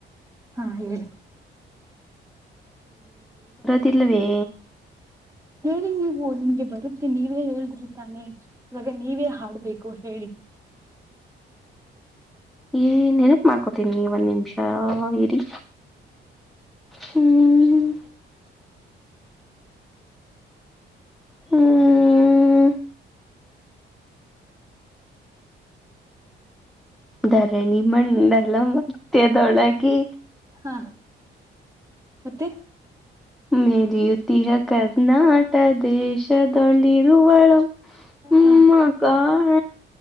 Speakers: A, on the right; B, in the centre.
A: ಹಾ ಹೇಳಿ.
B: ತಿಿಲ್ಲವೇ
A: ಹೇಳಿ ನೀವು ನಿಂಗೆ ಬರುತ್ತೆ ನೀವೇ ಹೇಳ್ದಿರುತಾನೆ ಇವಾಗ ನೀವೇ ಹಾಡ್ಬೇಕು ಹೇಳಿ
B: ಏ ನೆನಪ ಮಾಡ್ಕೋತೀನಿ ಒಂದ್ ನಿಮಿಷ ಇರಿ ಹ್ಮ ಹ್ಮ್ ಧರಣಿ ಮಂಡಲ ಮತ್ತದೊಳಗೆ
A: ಹಾ ಮತ್ತೆ
B: ಮೇರಿಯುತಿಯ ಕರ್ನಾಟ ದೇಶಳಿ ರುವಳಂ ಹ್ಮ
A: ಹಾ
B: ಕಣ